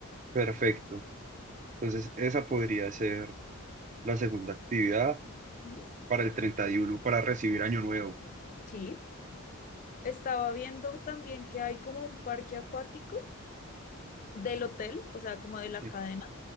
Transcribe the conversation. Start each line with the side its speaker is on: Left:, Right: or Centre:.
Right: Perfecto. Entonces, esa podría ser la segunda actividad.
Left: Ujú.
Right: para el 31 para recibir Año Nuevo.
Left: Sí, estaba viendo también que hay como un parque acuático del hotel, o sea, como de la
Right: Sí,
Left: cadena.